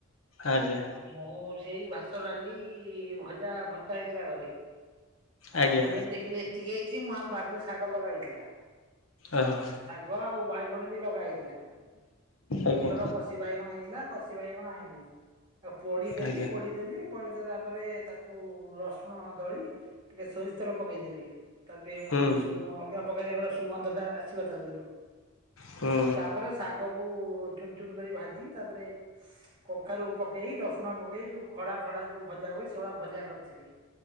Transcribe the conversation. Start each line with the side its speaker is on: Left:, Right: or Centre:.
Left: ଆଜ୍ଞା।
Right: ମୁଁ ସେଇ ଭାତ, ଡ଼ାଲି, ଭଜା, ଭର୍ତ୍ତା ହେଇଥିଲା ଘରେ।
Left: ଆଜ୍ଞା
Right: ଆଉ ମୁଁ ଯେମିତି ଦେଖିଲି ଏତିକି ହେଇଚି ମୁଁ ଆମ ବାଡ଼ିରେ ଶାଗ ଲଗା ହେଇଥିଲା।
Left: ଓହୋ
Right: ଶାଗ ଆଉ ବାଇଗଣ ବି ଲଗା ହେଇଥିଲା। ଛୋଟ
Left: ଆଜ୍ଞା
Right: ଛୋଟ କଷି ବାଇଗଣ ହେଇଥିଲା କଷି ବାଇଗଣ ଆଇଁଲି। ଆଉ ପୋଡି଼ଦେଲି
Left: ଆଜ୍ଞା
Right: ପୋଡି଼ଦେଲି ପୋଡି଼ଦେଲା ପରେ ତାକୁ ରସୁଣ ଦଳି ଟିକେ ଶୋରିଷ ତେଲ ପକେଇଦେଲି ତାର ଟିକେ
Left: ହୁଁ
Right: ମାନେ ସୁ ଅଲଗା ପକେଇଦେବାର ସୁଗନ୍ଧ ଟା ବାଛିବା ତା ଦେହରୁ
Left: ହୁଁ
Right: ତାପରେ ଶାଗ କୁ ଚୁନ୍ ଚୁନ୍ କରି ଭାଜି ତା ଦେହରେ କଖାରୁ ପକେଇ ରସୁଣ ପକେଇ ଯୋଉ ଖଡା ଖଡା ଯୋଉ ଭଜା ହୁଏ ସେ ଭଳିଆ ଭଜା କରିଥିଲି